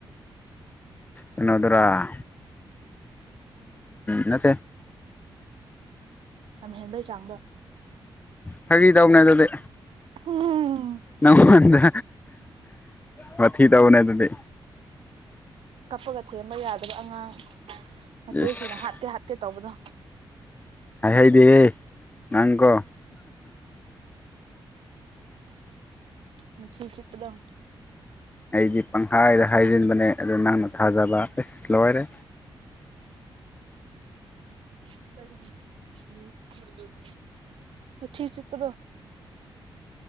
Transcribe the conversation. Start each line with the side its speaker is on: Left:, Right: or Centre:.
Left: ꯏꯩꯅꯣꯗꯔꯥꯟ ꯅꯠꯇꯦ
Right: ꯅꯝ ꯍꯦꯟꯕꯩ ꯆꯥꯡꯗꯣ
Left: ꯐ ꯇꯧꯅꯦ ꯑꯗꯨꯗꯤ
Right: ꯎꯝ
Left: ꯅꯪꯉꯣꯟꯗ ꯃꯊꯤ ꯇꯧꯅꯦ ꯑꯗꯨꯗꯤ
Right: ꯀꯞꯄꯒ ꯊꯦꯝꯕ ꯌꯥꯗꯕ ꯑꯉꯥꯡ ꯃꯆꯦꯁꯤꯡꯅ
Left: ꯏꯁ
Right: ꯍꯥꯠꯀꯦ ꯍꯥꯠꯀꯦ ꯇꯧꯕꯗꯣ
Left: ꯍꯥꯏ ꯍꯥꯏꯗꯦ ꯅꯪꯀꯣ
Right: ꯃꯆꯤꯜꯆꯇꯗ
Left: ꯑꯩꯗꯤ ꯄꯪꯈꯥꯏꯗ ꯍꯥꯏꯖꯤꯟꯕꯅꯦ ꯑꯗꯨ ꯅꯪꯅ ꯊꯥꯖꯕ ꯑꯁ ꯂꯣꯏꯔꯦ
Right: ꯆꯄꯗꯣ